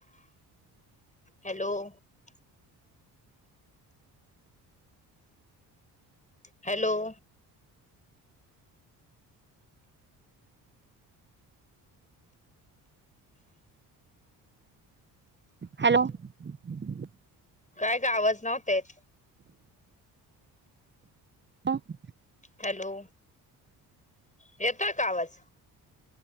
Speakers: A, on the left (about 15°); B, on the right (about 25°).
A: हॅलो <inaudible> हॅलो <unintelligible>
B: हॅलो <inaudible>
A: काय काय ग आवाज नव्हता येत <inaudible>
B: हो <inaudible>
A: हॅलो येताय का आवाज <inaudible>